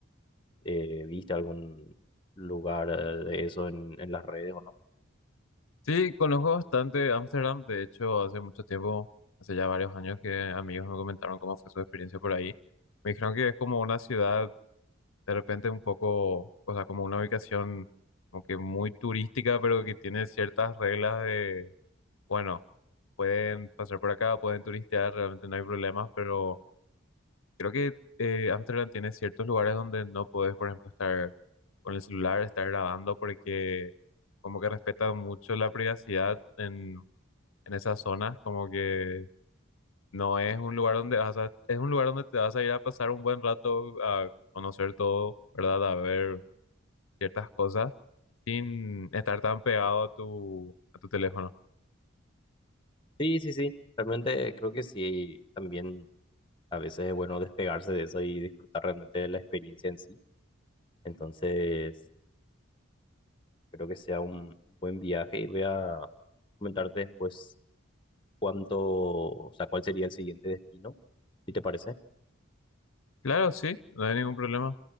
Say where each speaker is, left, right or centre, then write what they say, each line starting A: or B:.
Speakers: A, on the left (about 25°); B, on the left (about 75°).
A: eh, viste algún lugar eh, de eso en en las redes o no.
B: Sí, conozco bastante Ámsterdam, de hecho, hace mucho tiempo, hace ya varios años que amigos me comentaron cómo fue su experiencia por ahí. Me dijeron que es como una ciudad de repente un poco, o sea, como una ubicación como que muy turística, pero que tiene ciertas reglas de, bueno, pueden pasar por acá, pueden turistear, realmente no hay problemas, pero Creo que eh, Amsterdam tiene ciertos lugares donde no podés, por ejemplo, estar con el celular, estar grabando, porque como que respetan mucho la privacidad en, en esas zonas, como que no es un lugar donde vas a, es un lugar donde te vas a ir a pasar un buen rato a conocer todo, ¿verdad? A ver ciertas cosas sin estar tan pegado a tu, a tu teléfono.
A: Sí, sí, sí. Realmente creo que sí, también a veces es bueno despegarse de eso y disfrutar realmente de la experiencia en sí. Entonces, espero que sea un buen viaje y voy a comentarte después cuánto, o sea, cuál sería el siguiente destino, si te parece.
B: Claro, sí, no hay ningún problema.